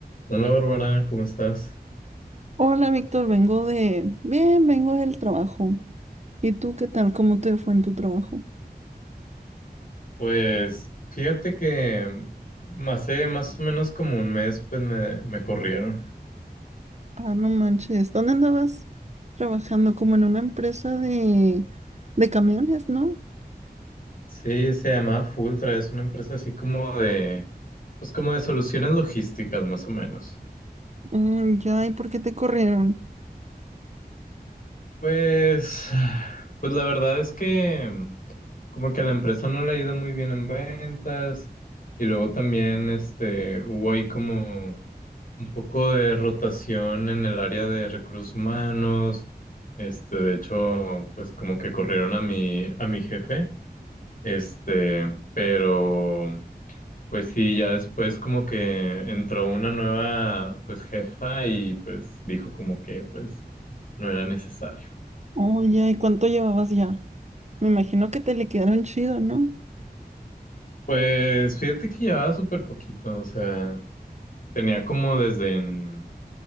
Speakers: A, on the left (about 55°); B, on the right (about 45°).
A: Hola Bárbara, ¿cómo estás?
B: Hola, Víctor, vengo de... Bien, vengo del trabajo. ¿Y tú qué tal? ¿Cómo te fue en tu trabajo?
A: Pues fíjate que mm, hace más o menos como un mes pues me, me corrieron.
B: Ah, no manches. ¿Dónde andabas trabajando? Como en una empresa de, de camiones, ¿no?
A: Sí, se llama Fultra, es una empresa así como de, pues como de soluciones logísticas más o menos.
B: Mm, ya, ¿y por qué te corrieron?
A: Pues, <sighs> pues la verdad es que como que a la empresa no le ha ido muy bien en ventas y luego también este hubo ahí como un poco de rotación en el área de recursos humanos. Este, de hecho, pues como que corrieron a mi a mi jefe, este, pero pues sí, ya después como que entró una nueva pues jefa y pues dijo como que pues no era necesario.
B: Oh, ya, ¿y cuánto llevabas ya? Me imagino que te liquidaron chido, ¿no?
A: Pues fíjate que llevaba súper poquito, o sea, tenía como desde, en-